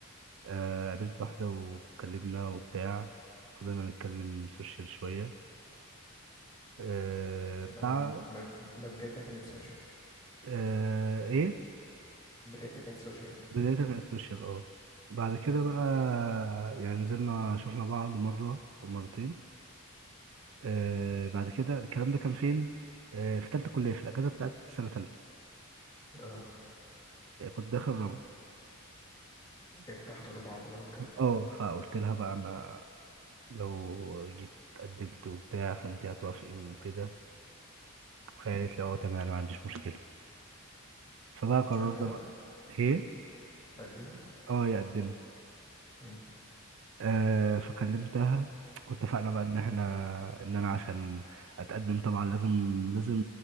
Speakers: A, on the right; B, on the left.
A: آه، قابلت واحدة واتكلمنا وبتاع فضلنا نتكلم سوشيال شوية آه بتاع
B: انا م- ده ده بدايتها كانت سوشيال
A: آه ايه
B: بدايتها كانت سوشيال
A: بداية من السوشيال اه بعد كده
B: مم.
A: بقى يعني نزلنا شفنا بعض مرة أو مرتين آه بعد كده الكلام ده كان فين؟ آه في تالتة كلية في الأجازة بتاعت سنة تالتة
B: اه
A: يعني كنت داخل رابعة
B: ارتحتوا لبعض بقى وكده
A: اه فقلت لها بقى أنا لو جيت قدمت وبتاع فأنت هتوافقي وكده فهي قالت لي اه تمام أنا ما عنديش مشكلة فبقى قررنا
B: قدنا
A: بقى ايه
B: قدنا
A: اه يقدم
B: مم.
A: آه فكلمتها واتفقنا بقى ان احنا ان انا عشان اتقدم طبعا لازم لازم